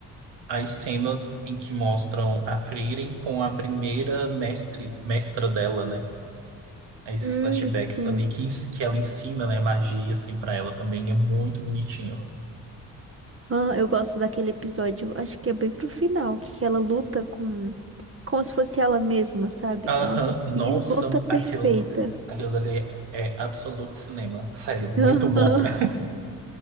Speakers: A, on the right; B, on the right.
A: as cenas em que mostram a Frieren com a primeira mestre, mestra dela, né? Esses
B: Hum,
A: flashbacks
B: sim.
A: ali que, ens- que ela ensina, né, magia, assim, para ela também é muito bonitinho.
B: Ah, eu gosto daquele episódio, acho que é bem pro final, que ela luta com, como se fosse ela mesma, sabe?
A: Aham,
B: Nossa, que
A: Nossa,
B: luta perfeita.
A: aquilo, aquilo dali é absoluto cinema. Sério,
B: <laughs>
A: muito bom. <laughs>